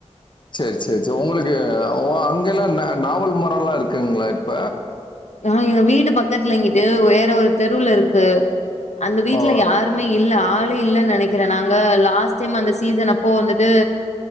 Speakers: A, on the left; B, on the left.
A: சேரி சேரி சேரி உங்களுக்கு ஓ அங்கல்லா ந நாவல் மரோல்லா இருக்குங்களா இப்ப
B: ஆ எங்க வீட்டு பக்கத்துல இங்குட்டு வேற ஒரு தெருவுலருக்கு அந்த வீட்டுல
A: ஓ
B: யார் ருமே இல்ல ஆளே இல்லனு நெனைக்கிறே நாங்க லாஸ்ட் டைம் அந்த சீசன் அப்போ வந்துட்டு